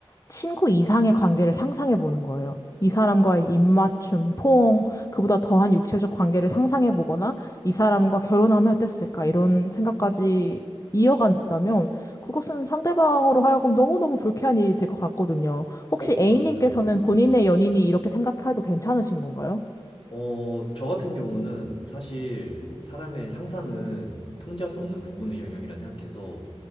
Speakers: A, on the left; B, on the left.
A: 친구 이상의 관계를 상상해 보는 거예요. 이 사람과의 입맞춤, 포옹, 그보다 더한 육체적 관계를 상상해 보거나 이 사람과 결혼하면 어땠을까 이런 생각까지 이어간다면 그것은 상대방으로 하여금 너무너무 불쾌한 일이 될 것 같거든요. 혹시
B: 어, 그러면은
A: A님께서는 본인의
B: 네.
A: 연인이 이렇게 생각해도 괜찮으신 건가요?
B: 어, 저 같은 경우는 사실 사람의 상상은 통제할 수 없는 부분의 영역이라 생각해서